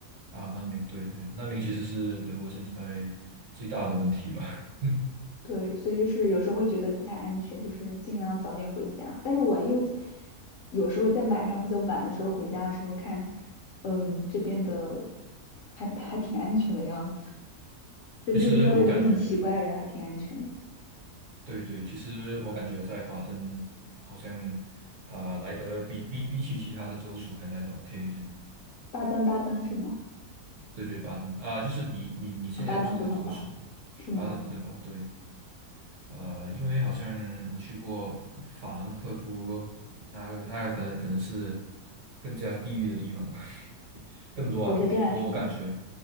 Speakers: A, on the right (about 60°); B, on the left (about 65°).
A: 啊，难民，对对，难民其实是德国现在最大的问题吧。<laughs>
B: 对，所以就是有时候会觉得不太安全，就是尽量早点回家。但是我又有时候在晚上比较晚的时候回家的时候看，嗯，这边的还还挺安全的样子，就没有遇到那种那种奇怪的人，
A: 其实我感觉，
B: 还挺安全的。
A: 对对，其实我感觉在巴登好像啊、来得比比比起其他的州属还来得 OK 一点。
B: 巴登巴登是吗？
A: 对对，巴登啊、就是你你你现在住的州属，
B: 啊，巴登符腾堡是吗？
A: 巴登福德堡，对，呃，因为好像我去过法法兰克福，那个那个可能可能是更加地狱的地方吧，<laughs> 更乱的，
B: 火车站是吗？
A: 我我感觉